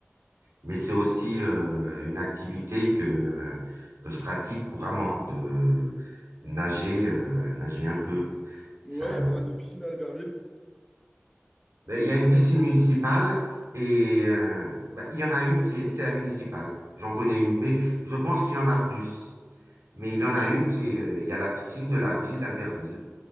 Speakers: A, on the right; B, in the centre.
A: mais c'est aussi euh, une activité que, euh, que je pratique couramment, de nager, euh, nager un peu.
B: il
A: Ça,
B: y a pas mal de piscines à Albertville.
A: Ben, il y a une piscine municipale et euh, ben, il y en a une qui est, c'est la municipale. J'en connais une, mais je pense qu'il y en a plus. Mais il y
B: Ok,
A: en a une qui est, euh, il y a la piscine de la ville d'Albertville.